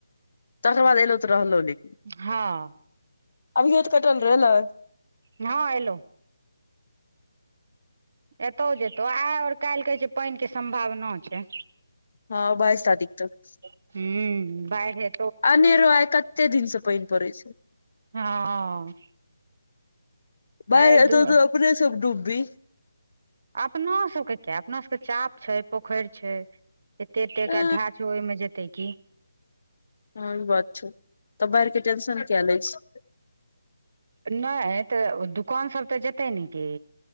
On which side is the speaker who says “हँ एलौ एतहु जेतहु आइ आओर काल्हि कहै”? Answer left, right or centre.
Right